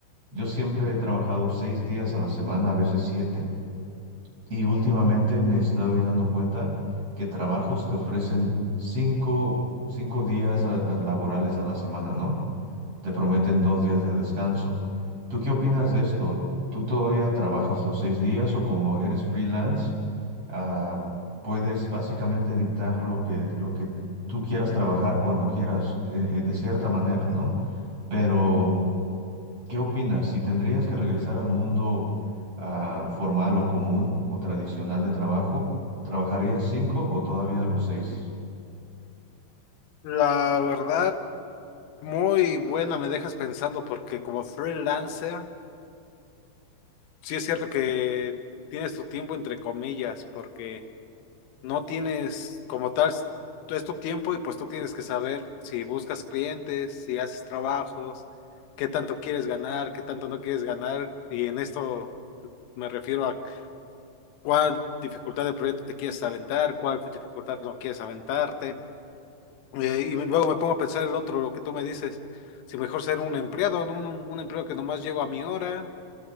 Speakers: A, on the right; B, on the left.
A: yo siempre he trabajado seis días a la semana, a veces siete, y últimamente me estoy dando cuenta que trabajos te ofrecen cinco, cinco días ah, ah, laborales a la semana, ¿no? Te prometen dos días de descanso. ¿Tú qué opinas de esto? ¿Tú todavía trabajas los seis días o como eres freelance, ah, puedes básicamente dictar lo que, lo que tú quieras trabajar cuando quieras, eh, eh, de cierta manera, ¿no? Pero, ¿qué opinas? Si tendrías que regresar al mundo, ah, formal o común o tradicional de trabajo, ¿trabajarías cinco o todavía los seis?
B: La verdad, muy buena, me dejas pensando porque como freelancer, sí es cierto que tienes tu tiempo entre comillas, porque no tienes como tal, s- es tu tiempo y pues tú tienes que saber si buscas clientes, si haces trabajos, qué tanto quieres ganar, qué tanto no quieres ganar. Y en esto me refiero a cuál dificultad de proyecto te quieres aventar, cuál dificultad no quieres aventarte. Eh, y luego me pongo a pensar el otro, lo que tú me dices, si mejor ser un empleado, ¿no? un, un empleado que nomás llego a mi hora